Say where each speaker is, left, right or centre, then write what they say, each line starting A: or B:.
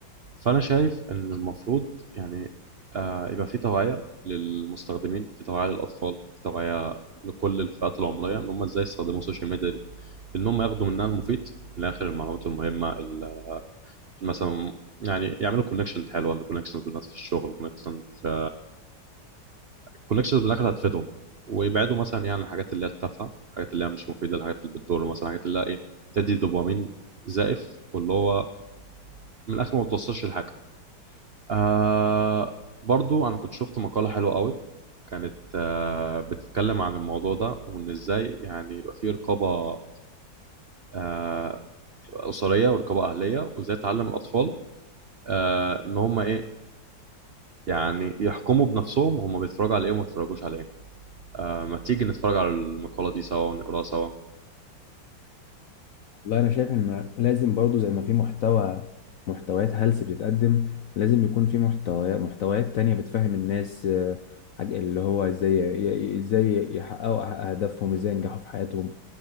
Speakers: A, on the right (about 65°); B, on the left (about 70°).
A: فانا شايف ان المفروض يعني آه يبقى في توعيه للمستخدمين في توعيه للاطفال في توعيه لكل الفئات العمريه ان هم ازاي يستخدموا السوشيال ميديا دي ان هم ياخدوا منها المفيد من الاخر المعلومات المهمه ال- مثلا يعني يعملوا كونكشن حلوه كونكشن بالناس في الشغل كونكشن في الكونكشنز بالاخر هتفيدهم ويبعدوا مثلا يعني عن الحاجات اللي هي التافهه الحاجات اللي هي مش مفيده الحاجات اللي بتضر مثلا الحاجات اللي هي ايه بتدي دوبامين زائف واللي هو من الاخر ما بتوصلش لحاجه آه برضو انا كنت شفت مقاله حلوه قوي كانت آه بتتكلم عن الموضوع ده وان ازاي يعني يبقى في رقابه آه اسريه ورقابه اهليه وازاي تعلم الاطفال آه ان هم ايه يعني يحكموا بنفسهم هم بيتفرجوا على ايه وما بيتفرجوش على ايه آه ما تيجي نتفرج على المقاله دي سوا ونقراها سوا
B: والله انا شايف ان لازم برضو زي ما في محتوى محتويات هلس بتتقدم لازم يكون في محتويات محتويات تانية بتفهم الناس آه، حاجة اللي هو ازاي ي- ي- ازاي يحققوا أح- اهدافهم ازاي ينجحوا في حياتهم